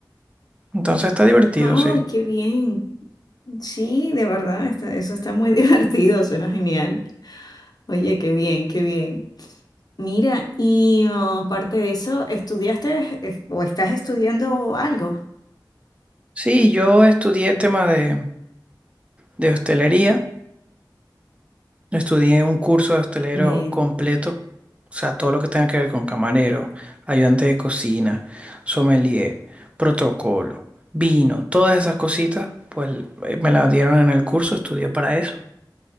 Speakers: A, on the right (about 15°); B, on the left (about 55°).
A: Entonces está divertido,
B: Ay,
A: sí.
B: qué bien. Sí, de verdad, está- eso está muy <laughs> divertido, suena genial. Oye, qué bien, qué bien. Mira, y oh, aparte de eso, ¿estudiaste eh, o estás estudiando algo?
A: Sí, yo estudié tema de, de hostelería Estudié un curso de hostelero
B: Bien.
A: completo, o sea, todo lo que tenga que ver con camarero, ayudante de cocina, sommelier, protocolo, vino, todas esas cositas, pues eh, me las dieron en el curso, estudié para eso.